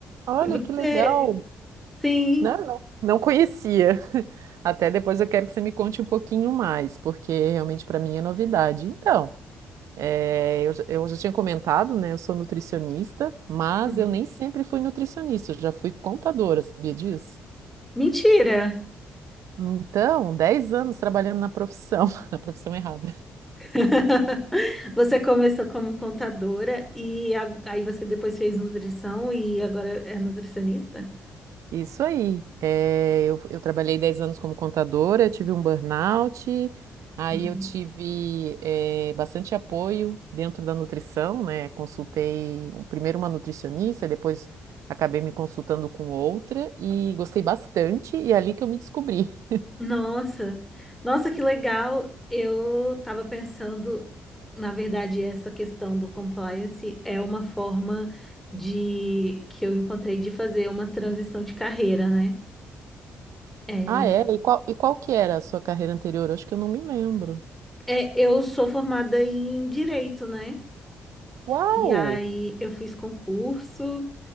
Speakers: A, on the right; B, in the centre.
A: Olha
B: Você-
A: que legal,
B: Sim.
A: né? Não, não conhecia. <laughs> Até depois eu quero que você me conte um pouquinho mais, porque realmente para mim é novidade. Então, eh, eu, já- eu já tinha comentado, né? Eu sou nutricionista, mas
B: Uhum.
A: eu nem sempre fui nutricionista, eu já fui contadora, sabia disso?
B: Mentira!
A: Então, 10 anos trabalhando na profissão, <laughs> na profissão errada.
B: <laughs> Você começou como contadora e a- aí você depois fez nutrição e agora é nutricionista?
A: Isso aí. É, eu, eu trabalhei 10 anos como contadora, eu tive um burnout, aí
B: Uhum.
A: eu tive é, bastante apoio dentro da nutrição, né? Consultei um- primeiro uma nutricionista, depois acabei me consultando com outra e gostei bastante, e é ali que eu me descobri.
B: Nossa, nossa, que legal. Eu estava pensando, na verdade, essa questão do compliance é uma forma de que eu encontrei de fazer uma transição de carreira, né? É,
A: Ah, é?
B: porque-
A: E qual, e qual que era a sua carreira anterior? Acho que eu não me lembro.
B: é, eu sou formada em direito, né?
A: Uau!
B: E aí eu fiz concurso,